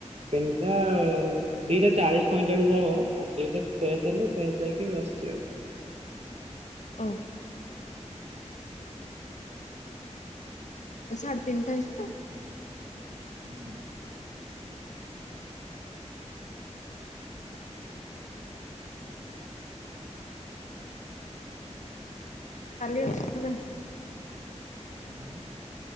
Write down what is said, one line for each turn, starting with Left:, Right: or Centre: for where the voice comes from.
Right: କେଲତା ଆଉ। ଦିଟା ଚାଳିଶ ପଇଁଚାଳିଶ ହବ ଆସିକି ଫ୍ରେଶ ହେଲୁ ଫ୍ରେଶ ହେଇକି ବସିବ।
Left: ଓହୋ। ସାଢେତିନଟା ହେଇଛି ତ
Right: <inaudible>
Left: <inaudible> କାଲି ଆସୁଧ ନାଇଁ
Right: <inaudible>